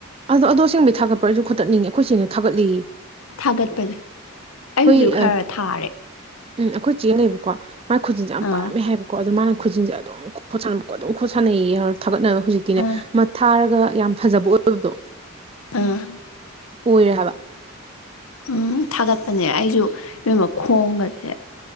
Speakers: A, on the right (about 25°); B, on the left (about 80°).
A: ꯑꯗꯣ ꯑꯗꯣ ꯑꯁꯦꯡꯕꯩ ꯊꯥꯒꯠꯄꯔꯣ ꯑꯩꯁꯨ ꯈꯨꯠꯇꯠꯅꯤꯡꯉꯦ ꯑꯩꯈꯣꯏ ꯆꯦꯅ ꯊꯥꯒꯠꯂꯦꯌꯦ
B: ꯊꯥꯒꯠꯄꯅꯦ
A: ꯑꯩꯈꯣꯢ
B: ꯑꯩ ꯍꯧꯖꯤꯛ ꯈꯔ ꯊꯥꯔꯦ
A: ꯎꯝ ꯑꯩꯈꯣꯏ ꯆꯦ ꯂꯩꯕꯀꯣ ꯃꯥꯒꯤ ꯈꯨꯖꯤꯟꯁꯦ ꯌꯥꯝ ꯄꯥꯔꯝꯃꯦ
B: ꯑꯥ
A: ꯍꯥꯏꯕꯀꯣ ꯑꯗꯣ ꯃꯥꯅ ꯈꯨꯖꯤꯟꯁꯦ ꯑꯗꯨꯝ ꯈꯣꯠ ꯁꯥꯟꯅꯕ ꯑꯗꯨꯝ ꯈꯣꯠ ꯁꯥꯟꯅꯩꯌꯦ ꯊꯥꯒꯠꯅꯕ ꯍꯧꯖꯤꯛꯇꯤꯅꯦ
B: ꯑꯥ
A: ꯑꯃ ꯊꯥꯔꯒ ꯌꯥꯝ ꯐꯖꯕ ꯑꯣꯏꯕꯗꯣ
B: ꯑꯥ
A: ꯑꯣꯏꯔꯦ ꯍꯥꯏꯕ
B: ꯎꯝ ꯊꯥꯒꯠꯄꯅꯦ ꯑꯩꯁꯨ ꯏꯕꯦꯝꯃ ꯈꯣꯡꯒꯁꯦ